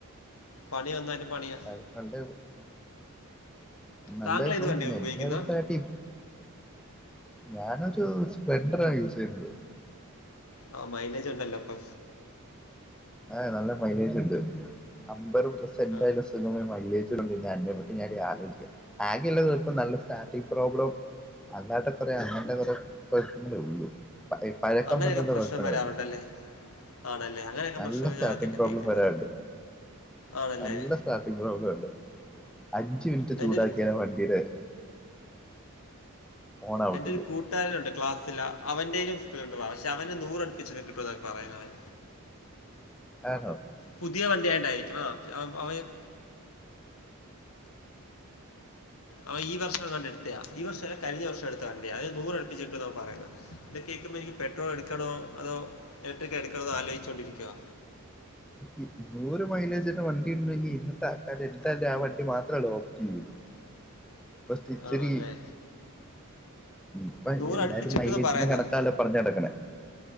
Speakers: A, on the left; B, in the centre.
A: പണി വന്നാലും പണിയ
B: ആരെ കണ്ടേ പോയ് നല്ല
A: താങ്കൾ ഇത്
B: പോയന്റ്
A: വണ്ടി
B: തന്നെ
A: ഉപയോഗിക്കുന്ന
B: എനിക്കി <unintelligible> ട്ടീ ഞാനൊരു സ്പ്ലെൻഡറാണ് യൂസ് ചെയ്യുന്നത്
A: ആ മൈലേജുണ്ടല്ലോ അപ്പൊ
B: ഏ നല്ല മൈലേജ്ണ്ട്. അമ്പറു <unintelligible> <unintelligible>
A: ആ
B: മൈലേജ് പിന്നെ അതിനെ പറ്റി ഞാൻ ആലോചിക്ക, ആകെ ഇല്ലത്ഇപ്പം നല്ല സ്റ്റാർട്ടിങ് പ്രോബ്ലും അല്ലാട്ട കുറെേ അങ്ങന്റെ കുറെ കുഴപ്പങ്ങളേ ഉള്ളു പഴക്കം
A: അങ്ങനെയൊക്കെ
B: പറ്റത്തെ
A: പ്രശ്നം
B: കുഴപ്പങ്ങളല്ല
A: വരാറുണ്ടല്ലേ ആണല്ലേ അങ്ങനെയൊക്കെ
B: നല്ല
A: പ്രശ്നം
B: സ്റ്റാർട്ടിങ്
A: ഞാൻ ആദ്യമായിട്ടാണ്
B: പ്രോബ്ലം
A: കേൾക്കുന്നത്
B: വരാണ്ട്
A: ആണല്ലേ
B: നല്ല സ്റ്റാർട്ടിങ് പ്രോബ്ലോണ്ട് അഞ്ചു മിനിറ്റ്
A: അതിൻ്റെ
B: ചൂടാക്കിയാല
A: ഒരു
B: വണ്ടീടെ ഓൺ ആവത്തുള്ളൂ
A: എന്റെ ഒരു കൂട്ട് കൂട്ട്കാരനുണ്ട് ക്ലാസ്ൽ അവന്റെേലും സു പക്ഷെ അവന് നൂറ് അടുപ്പിച്ചൊക്കെ കിട്ടും എന്നൊക്കെ പറയാണ് അവൻ
B: ആഹ് ഹോ
A: പുതിയ വണ്ടിയായോണ്ടായിരിക്കും അവ <unintelligible> അവൻ ഈവർഷം കാണ്ട് എടുത്തയാ ഈ വർഷല്ല കഴിഞ്ഞ വർഷം എടുത്ത വണ്ടിയി അന് നൂറ് അടുപ്പിച്ച് കിട്ടുന്നാ പറയുന്നത് ഇത് കേൾക്കുമ്പോൾ എനിക്ക് പെട്രോൾ എടുക്കണോ അതോ ഇലക്ട്രിക്ക് എടുക്കണോന്ന് ആലോചിച്ചോണ്ടിരിക്കുവാ
B: ഈ നൂറ് മൈലേജിന്റെ വണ്ടി ഉണ്ടെങ്കി ഇന്നത്തെ ആൾക്കാര് എന്തായാലും ആ വണ്ടി മാത്രല്ലേ ഓപ്റ്റ് ചെയ്യൂ പസ്റ്റീച്ചരി
A: ആണല്ലേ
B: ഇപ്പൊ
A: നൂറടുപ്പിച്ച്
B: എല്ലാരും
A: കിട്ടുമെന്ന്
B: മൈലേജിന്റെ
A: പറയുന്നത്
B: കണക്കാല്ലോ പറഞ് നടക്കണേ